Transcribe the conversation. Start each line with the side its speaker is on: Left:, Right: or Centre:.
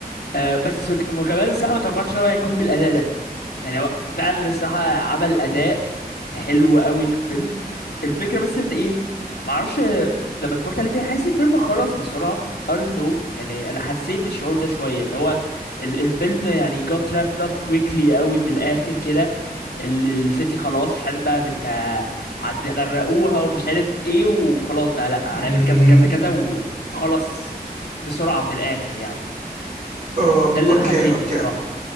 Left: أه بس ك- وكمان الصراحة ما توقعتش إن هو هيكون بالأداء ده يعني هو فعلا الصراحة عمل أداء حلو قوي في الفيلم الفكره بس ان ايه معرفش لما اتفرجت عليه تاني حاسس الفيلم خلص بسرعه I don't know يعني انا حسيت بالشعور ده شويه ان هو ال- الفيلم يعني got wrapped up quickly قوي في الاخر كده ال- السيتي خلاص مش عارف بقى بت هتغرقوها ومش عارف ايه وخلاص بقى لا
Right: امم
Left: هنعمل كذا كذا كذا وخلص بسرعه في الاخر يعني
Right: آه،
Left: ده اللي
Right: اوكي
Left: انا حسيته
Right: اوكي
Left: الصراحه